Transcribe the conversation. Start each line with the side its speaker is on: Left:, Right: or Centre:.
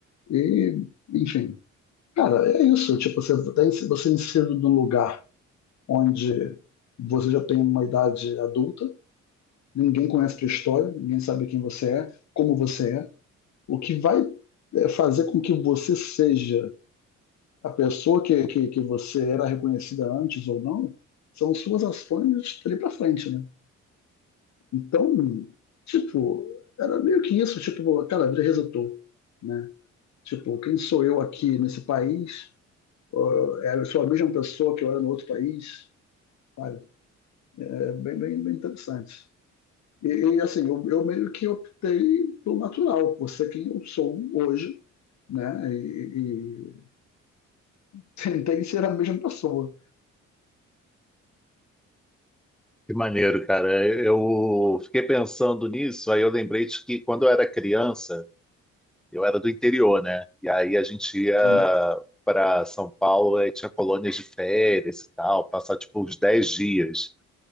Left: E, enfim, cara, é isso. Tipo, você tem você é inserido num lugar onde você já tem uma idade adulta, ninguém conhece a tua história, ninguém sabe quem você é, como você é. O que vai é, fazer com que você seja a pessoa que, que, que você era reconhecida antes ou não, são suas ações dali pra frente, né? Então, tipo, era meio que isso, tipo, cara, a vida resetou, né? Tipo, quem sou eu aqui nesse país? Ó, é, Eu sou a mesma pessoa que eu era no outro país? Sabe? É bem, bem, bem interessante. E, e, assim, eu, eu meio que optei pelo natural, por ser quem eu sou hoje, né? E, Tem, tem que ser a mesma pessoa.
Centre: Que maneiro, cara. Eu fiquei pensando nisso, aí eu lembrei de que quando eu era criança, eu era do interior, né? E aí a gente ia
Left: Sim.
Centre: para São Paulo e tinha colônias de férias e tal, passar tipo uns 10 dias.